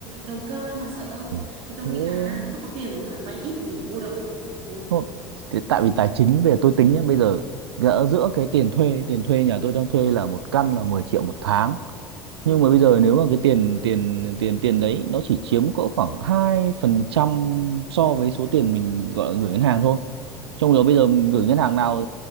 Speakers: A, on the right (about 50°); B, on the right (about 75°).
A: đầu cơ đâu mà sợ
B: Ừ.
A: thì tôi
B: Ừ. Thế
A: nghĩ là cứ có tiền mà vay ít thì mua được mua
B: Thôi, thế tại vì tài chính bây giờ tôi tính nhé bây giờ gỡ giữa cái tiền thuê tiền thuê nhà tôi đang thuê là một căn là mười triệu một tháng nhưng
A: ừ.
B: mà bây giờ nếu mà cái tiền tiền tiền tiền đấy nó chỉ chiếm cỡ khoảng 2 phần trăm so với số tiền mình gọi là gửi ngân hàng thôi trong đó bây giờ mình gửi ngân hàng nào